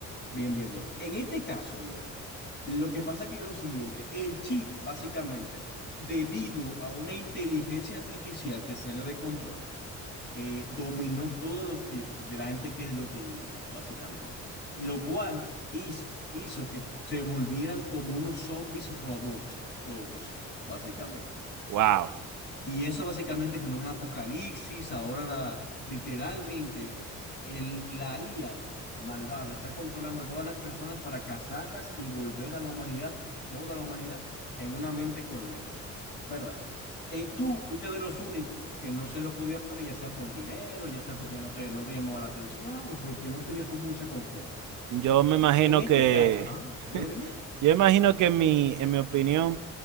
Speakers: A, on the left (about 35°); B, on the right (about 75°).
A: bien, bien, bien. En este caso, viejo, lo que pasa aquí es lo siguiente, el chip básicamente, debido a una inteligencia artificial que se salió de control, eh, dominó todos los chips que- de la gente que lo tenía, básicamente. Y Lo cual hizo, hizo que se volvieran como unos zombies robots, todos, básicamente.
B: Wow.
A: Y eso básicamente generó un apocalipsis. Ahora la- literalmente e, e, el, la IA malvada está controlando a todas las personas para cazarlas y volver a la humanidad, toda la humanidad, en una mente colmena, ¿verdad? Eh, tú fuiste de los únicos que no se lo podía poner, ya sea por dinero, ya sea porque no te, no te llamaba la atención o porque no tenía con mucha confianza.
B: Yo me imagino
A: En este
B: que,
A: caso, ¿ah?
B: <laughs>
A: Dime, dime.
B: yo imagino que en mi, en mi opinión